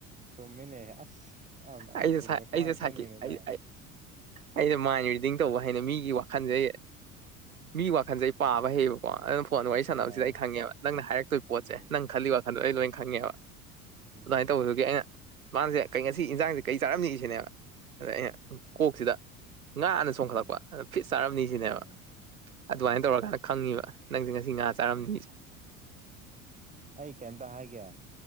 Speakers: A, on the right (about 20°); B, on the right (about 80°).
A: ꯆꯨꯝꯃꯤꯅꯦ ꯑꯁ ꯌꯥꯝ ꯐꯖꯅ
B: ꯑꯩꯁꯦ
A: ꯆꯨꯝꯃꯦ ꯀꯃꯥꯏ
B: ꯑꯩꯁꯦ
A: ꯈꯪꯉꯤꯅꯣ
B: ꯁꯥꯏꯀꯤ ꯑꯩ
A: ꯅꯪ
B: ꯑꯩꯅ ꯃꯥꯏꯟ ꯔꯤꯗꯤꯡ ꯇꯧꯕ ꯍꯩꯅ ꯃꯤꯒꯤ ꯋꯥꯈꯜꯖꯦ ꯑꯩ ꯃꯤꯒꯤ ꯋꯥꯈꯜꯖꯦ ꯑꯩ ꯄꯥꯕ ꯍꯩꯌꯦꯕ ꯀꯣ ꯑꯗꯨꯅ ꯐꯣꯟꯗ ꯋꯥꯔꯤ ꯁꯥꯟꯅꯕꯁꯤꯗ
A: ꯑꯥ
B: ꯑꯩ ꯈꯪꯉꯦꯕ ꯅꯪꯅ ꯍꯥꯏꯔꯛꯇꯣꯏꯕ ꯄꯣꯠꯁꯦ
A: ꯎꯝ
B: ꯅꯪ ꯈꯜꯂꯤ ꯋꯥꯈꯜꯗꯣ ꯑꯩ ꯂꯣꯏ ꯈꯪꯉꯦꯕ
A: ꯎꯝ
B: ꯑꯗꯨꯃꯥꯏꯅ ꯇꯧꯕꯗꯨꯒꯤ ꯑꯩꯅ ꯃꯥꯁꯦ ꯀꯩ ꯉ ꯁꯤ ꯏꯟꯖꯥꯡꯖꯦ ꯀꯩ ꯆꯥꯔꯝꯅꯤ ꯁꯤꯅꯦꯕ ꯑꯗ ꯑꯩꯅ ꯀꯣꯛꯁꯤꯗ ꯉꯥꯅ ꯆꯣꯡꯈꯠꯂꯛꯄ
A: ꯎꯝ
B: ꯑꯗ ꯐꯤꯁ ꯆꯥꯔꯝꯅꯤ ꯁꯤꯅꯦꯕ
A: ꯎꯝ
B: ꯑꯗꯨꯃꯥꯏꯅ
A: ꯎꯝ
B: ꯇꯧꯔꯀꯥꯟꯗ ꯈꯪꯉꯤꯕ ꯅꯪꯁ‌ꯦ ꯉꯁꯤ ꯉꯥ ꯆꯥꯔꯝꯅꯤꯁ‌ꯦ
A: ꯎꯝ ꯑꯩ ꯀꯩꯝꯇ ꯍꯥꯏꯒꯦ